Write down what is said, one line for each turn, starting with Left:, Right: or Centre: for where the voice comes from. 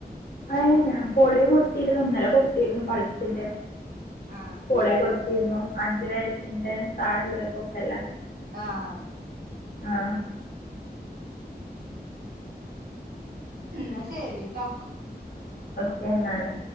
Left: അയ്‌ന് ഞാൻ പോളിയോ കൊടുത്തിരുന്നു ഇന്നലെ കൊടുത്തിരുന്നു പൾസിന്റെ
Right: ആഹ്
Left: പോളിയോ കൊടുത്തിരുന്നു അഞ്ചു വയസിന്റെ തായെള്ളോർക്കൊക്കെല്ലേ
Right: ആഹ് അ
Left: ആഹ്
Right: ന്ന ശെരിട്ടോ
Left: ക്യുന്നാലെ